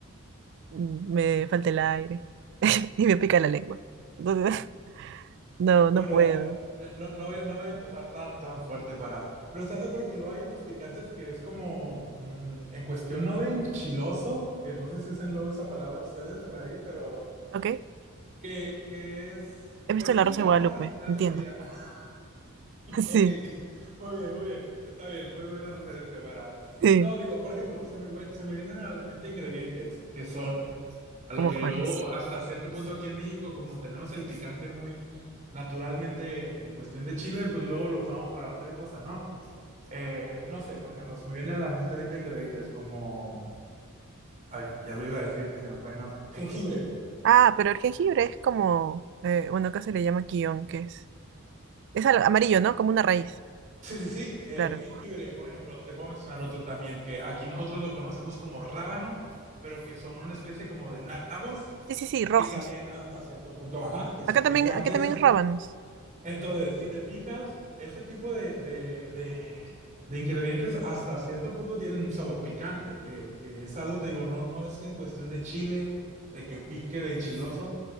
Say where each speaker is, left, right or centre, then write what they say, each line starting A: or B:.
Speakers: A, on the right; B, on the right.
A: me falta el aire <laughs> y me pica la lengua. Entonces, <laughs> no,
B: Bueno,
A: no puedo.
B: mira, eh, no, no, voy, no voy a empezar tan, tan fuerte para... Pero estás de acuerdo que luego hay unos picantes que es como, mm, en cuestión no de enchiloso, que no sé si usen luego esa palabra ustedes por ahí, pero
A: ¿Ok? eh,
B: que, que es,
A: he visto
B: pues
A: La
B: pica,
A: Rosa de Guadalupe,
B: ¿no? Al final
A: entiendo.
B: del día. <laughs>
A: <laughs>
B: Ok,
A: Sí,
B: muy bien, muy bien. Está bien, muy buena referencia para...
A: sí.
B: No, digo, por ejemplo, se me, vue- se me vienen a la mente ingredientes que son a
A: ¿Cómo
B: lo que
A: cuáles?
B: luego hasta cierto punto aquí en México, como tenemos el picante muy naturalmente en cuestión de chile, pues luego lo usamos para otra cosa, ¿no? Eh, no sé, por ejemplo, se me viene a la mente ahorita ingredientes como, ay, ya lo iba a decir y se me fue, no, jengibre.
A: Ah, pero el jengibre es como, eh, bueno, acá se le llama quillón, que es, es al- amarillo, ¿no? Como una raíz,
B: Sí, sí, sí, eh,
A: claro.
B: jengibre, por ejemplo, te puedo mencionar otro también, que aquí nosotros lo conocemos como rábano, pero que son una especie como de nabos,
A: Sí, sí, sí, rojos.
B: que también hasta cierto punto, ajá, que son
A: Acá también,
B: picantes,
A: acá también es rábanos.
B: Entonces, si te fijas, ese tipo de, de, de, de ingredientes hasta cierto punto tienen un sabor picante, que, que es algo, te digo, no, no es en cuestión de chile, de que pique, de enchiloso,